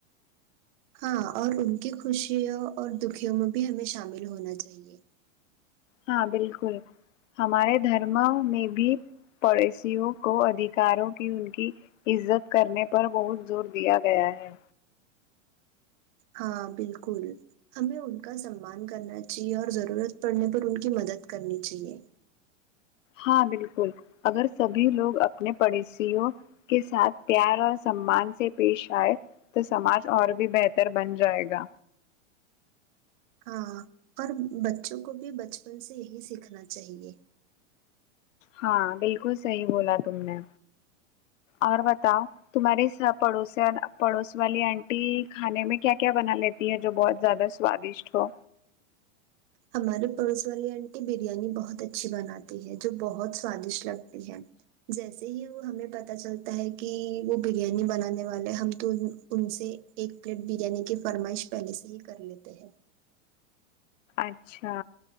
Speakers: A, on the right; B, on the left.
A: ہاں اور ان کی خوشیوں اور دکھیوں میں بھی ہمیں شامل ہونا چاہیے
B: ہاں بالکل ہمارے دھرم میں بھی پڑوسیوں کو ادھیکاروں کی ان کی عزت کرنے پر بہت زور دیا گیا ہے
A: ہاں بالکل ہمیں ان کا سمان کرنا چاہیے اور ضرورت پڑنے پر ان کی مدد کرنی چاہیے
B: ہاں بالکل اگر سبھی لوگ اپنے پڑسیوں کے ساتھ پیار اور سمان سے پیش آئے تو سماج اور بھی بہتر بن جائے گا
A: ہاں اور بچوں کو بھی بچپن سے یہی سیکھنا چاہیے
B: ہاں بالکل صحیح بولا تم نے اور بتاؤ تمہاری پڑوس پڑوس والی آنٹی کھانے میں کیا کیا بنا لیتی تی ہے جو بہت زیادہ سواددشٹ ہو
A: ہمارے پڑوس والی آنٹی بریانی بہت اچھی بناتی ہے جو بہت سوادشٹ لگ بریانی جیسے جسے ہی وہ ہمیں پت چلتا ہے کہ وہ بریانی بنانے والے ہم تو ان سے ایک پلیٹ بریانی کی فرمائش پہلے سے ہی کر لیتے ہیں
B: اچھا